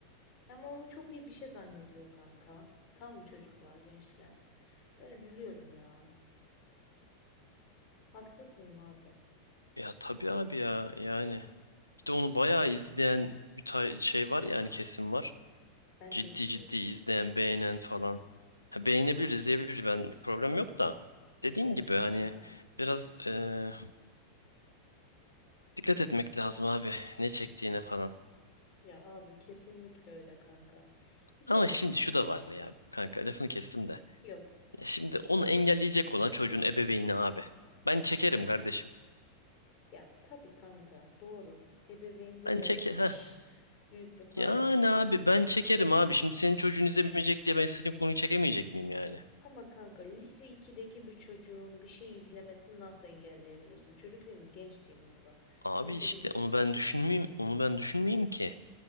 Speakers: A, on the left (about 35°); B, on the left (about 85°).
A: Ama onu çok iyi bir şey zannediyor kanka. Tam çocuklar gençler? Ben üzülüyorum ya. Haksız mıyım abi?
B: ya tabii abi ya yani bir de onu bayağı izleyen bir tay- şey var yani kesim var.
A: Ben
B: Ciddi
A: de izliyordum.
B: ciddi izleyen, beğenen falan. Ha, beğenebilir, izleyebilir ben problem yok da. Dediğin
A: Evet
B: gibi hani
A: kanka.
B: biraz e, dikkat etmek lazım abi ne çektiğine
A: Ya
B: falan.
A: Ya abi kesinlikle öyle kanka. Bir de
B: Ama şimdi şu da var ya kanka lafını kestim de.
A: yok.
B: Ya şimdi onu engelleyecek olan çocuğun ebeveyni abi. Ben çekerim
A: et-
B: kardeşim.
A: ya tabii kanka doğru. Ebeveynde
B: Ben
A: de
B: çekerim.
A: iş büyük bir pay
B: Yani
A: var.
B: abi ben çekerim abi. Şimdi senin çocuğun izlemeyecek diye ben istediğim konuyu çekemeyecek miyim yani?
A: Ama kanka lise ikideki bir çocuğun bir şey izlemesini nasıl engelleyebilirsin? Çocuk değil mi? Genç diyeyim ona da.
B: Abi
A: Lise
B: işte
A: bir
B: onu
A: diyeyim.
B: ben düşünmeyeyim. Onu ben düşünmeyeyim ki.